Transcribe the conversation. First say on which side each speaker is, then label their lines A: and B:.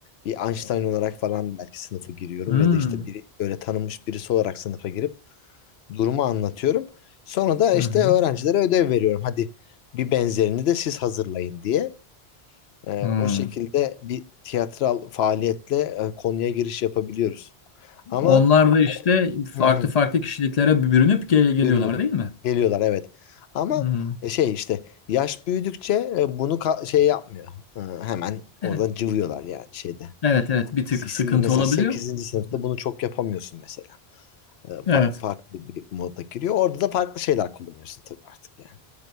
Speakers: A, on the left (about 75°); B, on the left (about 45°).
A: bir Einstein olarak falan belki sınıfa giriyorum
B: Hı hı.
A: ya da işte bir böyle tanınmış birisi olarak sınıfa girip durumu anlatıyorum. Sonra da
B: Hı
A: işte
B: hı.
A: öğrencilere ödev veriyorum. Hadi bir benzerini de siz hazırlayın diye. E,
B: Hı hı.
A: o şekilde bir tiyatral faaliyetle e, konuya giriş yapabiliyoruz. Ama
B: Onlar da işte
A: <laughs>
B: farklı farklı kişiliklere bürünüp gel geliyorlar
A: Bürünüp
B: değil mi?
A: geliyorlar evet. Ama
B: Hı.
A: e, şey işte yaş büyüdükçe e, bunu ka- şey yapmıyor. E, Hemen oradan
B: Evet,
A: cıvıyorlar yani şeyde.
B: evet, evet. Bir tık
A: Eskisi-
B: sıkıntı
A: Mesela
B: olabiliyor.
A: sekizinci sınıfta
B: Hı hı.
A: bunu çok yapamıyorsun mesela. E, fa-
B: Evet.
A: Farklı bir moda giriyor. Orada da farklı şeyler kullanıyorsun tabii artık yani.